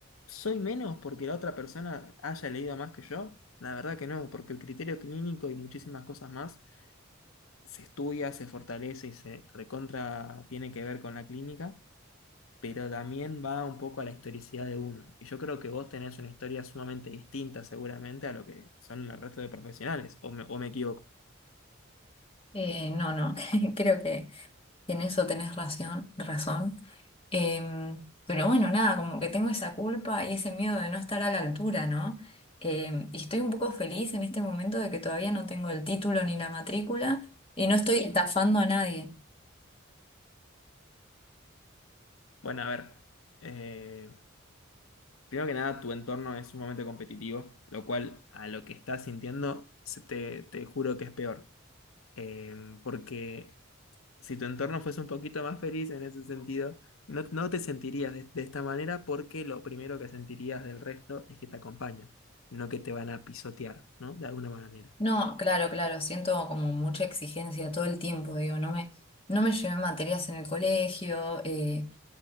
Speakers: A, on the left; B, on the left.
A: ¿soy menos porque la otra persona haya leído más que yo? La verdad que no, porque el criterio clínico y muchísimas cosas más se estudia, se fortalece y se recontra tiene que ver con la clínica, pero también va un poco a la historicidad de uno. Y yo creo que vos tenés una historia sumamente distinta seguramente a lo que son el resto de profesionales, o me, o me equivoco.
B: Eh, no, no, <laughs> creo que en eso tenés razón, razón. Em, pero bueno, nada, como que tengo esa culpa y ese miedo de no estar a la altura, ¿no? Em, y estoy un poco feliz en este momento de que todavía no tengo el título ni la matrícula y no estoy estafando a nadie.
A: Bueno, a ver. eh, Primero que nada, tu entorno es sumamente competitivo, lo cual a lo que estás sintiendo, se- te, te juro que es peor. Eh, porque si tu entorno fuese un poquito más feliz en ese sentido, no, no te sentirías de, de esta manera porque lo primero que sentirías del resto es que te acompañan, no que te van a pisotear, ¿no? De alguna manera.
B: No, claro, claro, siento como mucha exigencia todo el tiempo, digo, no me, no me llevé materias en el colegio, eh,